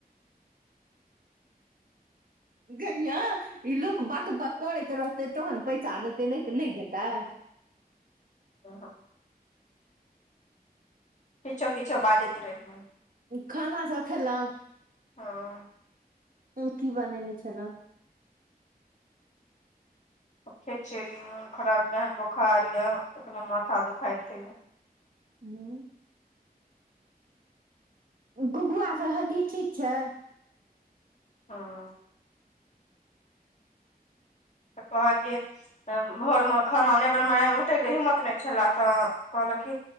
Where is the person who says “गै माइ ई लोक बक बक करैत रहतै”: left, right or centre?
Right